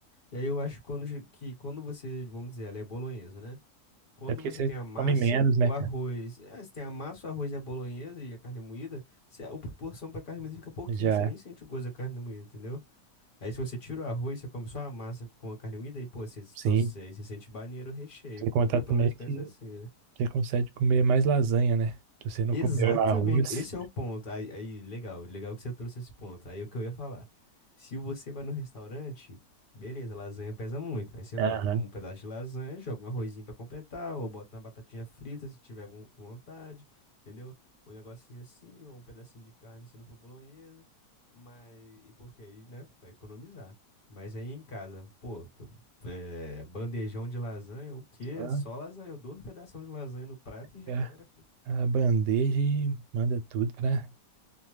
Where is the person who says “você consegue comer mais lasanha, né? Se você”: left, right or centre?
Right